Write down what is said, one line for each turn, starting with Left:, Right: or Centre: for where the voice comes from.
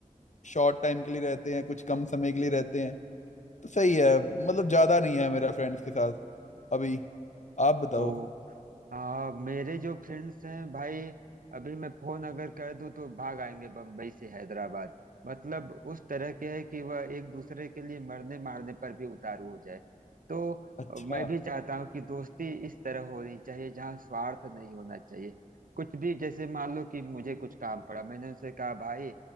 Left: शॉर्ट टाइम के लिए रहते हैं कुछ कम समय के लिए रहते हैं तो सही है मतलब ज्यादा नहीं है मेरा फ्रेंड्स के साथ अभी आप बताओ
Right: ओ हाँ मेरे जो फ्रेंड्स हैं भाई अभी मैं फोन अगर कर दूं तो भाग आएंगे बम्बई से हैदराबाद मतलब उस तरह के है कि वह एक दूसरे के लिए मरने मारने पर भी उतारू हो जाए तो
Left: अच्छा
Right: अ, मैं भी चाहता हूँ कि दोस्ती इस तरह होनी चाहिए जहाँ स्वार्थ नहीं होना चाहिए कुछ भी जैसे मान लो कि मुझे कुछ काम पड़ा मैंने उनसे कहा भाई